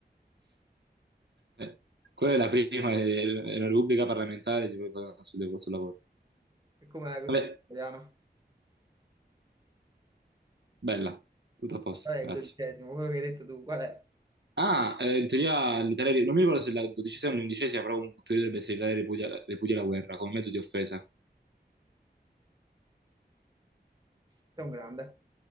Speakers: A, on the right; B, on the right.
A: Eh, Quella è la prima, è è una repubblica parlamentare tipo, sul sul lavoro.
B: E com'è la Costituzione
A: Vabbè,
B: italiana?
A: bella, tutto a posto,
B: Qual è
A: grazie.
B: il dodicesimo? Quello che hai detto tu, qual è?
A: Ah, eh, in teoria l'Italia, non mi ricordo se è la dodicesima o l'undicesima, però in teoria dovrebbe essere l'Italia ripudia, ripudia la guerra come mezzo di offesa.
B: Sei un grande.